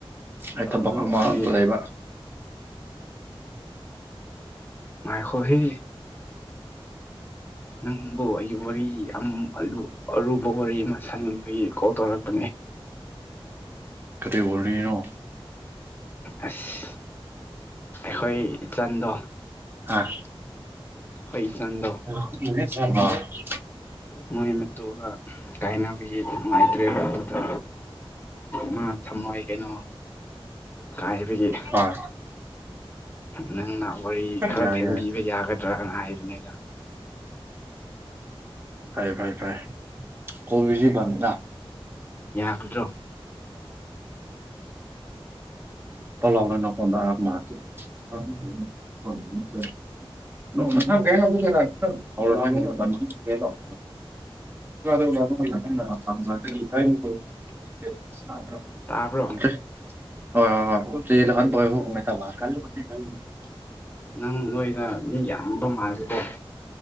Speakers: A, on the right (about 25°); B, on the left (about 20°).
A: ꯑꯩ ꯊꯕꯛ
B: ꯑꯗꯨ
A: ꯃꯉꯇ
B: ꯑꯩ
A: ꯂꯩꯕ
B: ꯃꯥꯏꯈꯣ ꯍ ꯅ ꯑꯩ ꯋꯥꯔꯤ ꯕꯣꯔꯤ ꯑꯃ ꯁꯪꯕꯒꯤ ꯀꯣꯜ ꯇꯧꯔꯛꯄꯅꯦ
A: ꯀꯗ ꯑꯣꯏꯣꯔꯅꯤꯅꯣ
B: ꯑꯁ ꯑꯩꯈꯣꯏ ꯏꯆꯟꯗꯣ
A: ꯑꯥ
B: ꯑꯩꯈꯣꯏ ꯏꯆꯟꯗꯣ
A: <unintelligible>
B: ꯃꯣꯏꯣꯏꯃꯦꯠꯇꯒ ꯀꯥꯏꯅꯕꯅꯕꯒꯤ ꯅꯨꯡꯉꯥꯏꯇ꯭ꯔꯦ ꯑꯗꯨꯗ ꯃꯥ ꯊꯝꯃꯣꯏ ꯀꯩꯅꯣ ꯀꯥꯏꯕꯒꯤ
A: ꯍꯣꯏ
B: ꯅꯪꯅ ꯋꯥꯔꯤ ꯈꯔ
A: ꯌꯥꯏ
B: ꯊꯦꯝꯕꯤꯕ
A: ꯌꯥꯏ
B: ꯌꯥꯒꯗ꯭ꯔꯅ ꯍꯥꯏꯕꯅꯤꯗ
A: ꯐꯔꯦ ꯐꯥꯏꯦ ꯐꯔꯦ ꯀꯣꯕꯤꯁꯤ ꯅ
B: ꯌꯥ ꯈꯠꯇ꯭ꯔꯣ
A: ꯄꯂꯥꯎꯅ ꯅꯄꯥꯎꯗꯃ <unintelligible> <unintelligible> <unintelligible> <unintelligible> ꯍꯣꯏ
B: ꯇꯥꯕ꯭ꯔꯣ
A: ꯍꯣꯏ ꯍꯣꯏ <unintelligible>
B: ꯅꯪ ꯅꯣꯏꯗ ꯃꯤ ꯌꯥꯝꯕ ꯃꯥꯜꯂꯦꯀꯣ